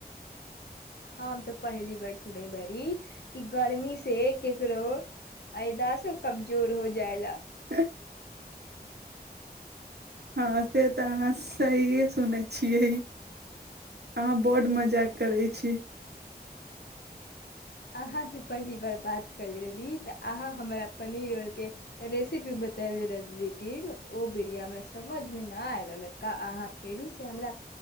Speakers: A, on the left (about 80°); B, on the right (about 80°).
A: हम तऽ पहली बार सुने बड़ी कि गर्मी से ककरो अयद से कमजोर हो जाय ला
B: ह हँ से तऽ अहाँ सहिए सुनै छियै अहाँ बड्ड मजा करै छी
A: अहाँ से पहली बार बात करले रहली तऽ अहाँ हमरा पनीरल के रेसिपी बते रहली लेकिन ओ बिरिया हमरा समझ मे नहि आय रहलका अहाँ फेरो से हमरा